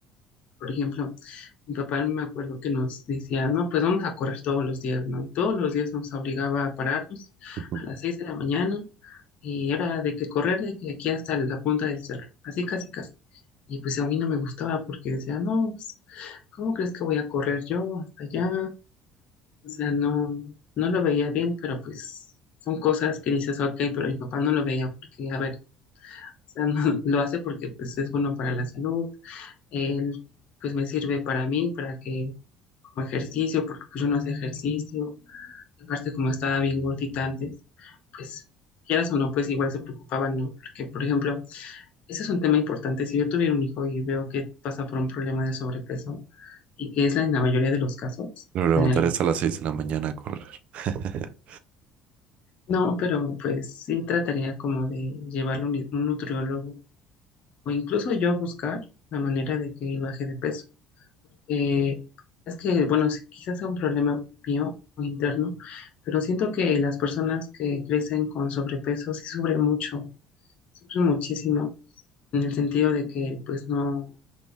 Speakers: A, on the left (about 55°); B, on the right (about 55°).
A: Por ejemplo, mi papá me acuerdo que nos decía, no, pues vamos a correr todos los días, ¿no? Y todos los días nos obligaba a pararnos
B: Ujú.
A: a las seis de la mañana y era de que correr de que aquí hasta la punta del cerro, así casi casi. Y pues a mí no me gustaba porque decía, no, pues, ¿cómo crees que voy a correr yo hasta allá? O sea, no, no lo veía bien, pero pues son cosas que dices, ok, pero mi papá no lo veía porque, a ver, o sea, <laughs> no, lo hace porque pues, es bueno para la salud, él, pues me sirve para mí, para que como ejercicio, porque pues, yo no hacía ejercicio, y aparte como estaba bien gordita antes, pues quieras o no, pues igual se preocupaban, ¿no? Porque, por ejemplo, ese es un tema importante. Si yo tuviera un hijo y veo que pasa por un problema de sobrepeso, y que es la- en la mayoría de los casos
B: Lo levantaré
A: de la niña,
B: hasta las 6 de la mañana a correr. <laughs>
A: no, pero pues sí trataría como de llevarlo a un un nutriólogo o incluso yo buscar la manera de que él baje de peso. Eh, es que, bueno, sí, quizás sea un problema mío o interno, pero siento que las personas que crecen con sobrepeso sí sufren mucho, sufren muchísimo, en el sentido de que pues no,